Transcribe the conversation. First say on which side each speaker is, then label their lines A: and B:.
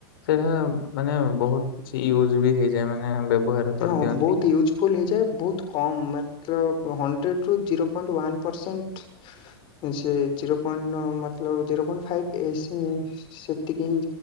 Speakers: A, on the left (about 70°); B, on the left (about 40°).
A: ସେଇଟା ମାନେ ବହୁତ କିଛି ୟୁଜ ବି ହେଇଯାଏ ମାନେ ବ୍ୟବହାର କରିଦିଅନ୍ତି।
B: ହଁ ବହୁତ ୟୁଜଫୁଲ ହେଇଯାଏ ବହୁତ କମ ମା ତ ହଣ୍ଡ୍ରେଡ ରୁ ଜିରୋ ପଏଣ୍ଟ ୱାନ ପରସେଣ୍ଟ ସେ ଜିରୋ ପଏଣ୍ଟ ମ ମତଲବ୍ ଜିରୋ ପଏଣ୍ଟ ଫାଇବ ଏସ ସେତିକି ହିଁ